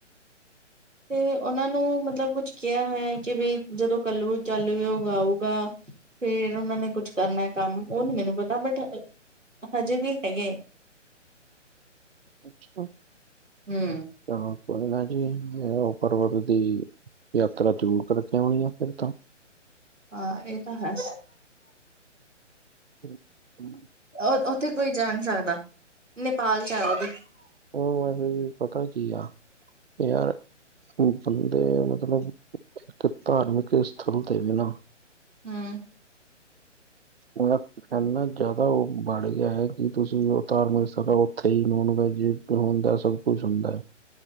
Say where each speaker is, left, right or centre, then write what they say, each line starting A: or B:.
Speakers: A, on the right (about 80°); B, on the right (about 55°).
A: ਤੇ ਓਨਾਂ ਨੂੰ ਮਤਲਬ ਕੁਛ ਕਿਆ ਹੋਇਆ ਕਿ ਬਈ ਜਦੋਂ ਕੱਲੂ ਚੱਲੳਓ ਆਉਗਾ। ਫੇਰ ਓਨਾਂ ਨੇ ਕੁੱਛ ਕਰਨਾ ਕੰਮ ਉਹ ਨੀ ਮੈਨੂੰ ਪਤਾ ਬਟ ਹਜੇ ਵੀ ਹੈਗੇ।
B: ਅੱਛਾ।
A: ਹੂੰ।
B: ਚਲੋ ਕੋਈ ਨਾ ਜੀ ਉਹ ਪਰਬਤ ਦੀ ਯਾਤਰਾ ਜ਼ਰੂਰ ਕਰਕੇ ਆਉਣੀ ਆ ਫਿਰ ਤੋਂ।
A: ਹਾਂ ਏ ਤਾਂ ਹੈ।
B: ਹੂੰ।
A: ਆ ਓਥੇ ਕੋਈ ਜਾ ਨੀ ਸਕਦਾ, ਨੇਪਾਲ ਚ ਆ ਓਦੀ
B: ਓ ਵੈਸੇ ਵੀ ਪਤਾ ਕੀ ਆ ਯਾਰ ਬੰਦੇ ਮਤਲਬ ਇੱਕ ਧਾਰਮਿਕ ਸਥਲ ਤੇ ਵੀ ਨਾ
A: ਹੂੰ
B: ਏਨਾ ਜਿਆਦਾ ਉਹ ਬੜ ਗਿਆ ਏ ਕੀ ਤੁਸੀਂ ਜੋ ਧਾਰਮਿਕ ਸਦਾ ਉੱਥੇ ਈ ਨੋਨ ਵੈਜ ਹੁੰਦਾ ਸਭ ਕੁਛ ਹੁੰਦਾ।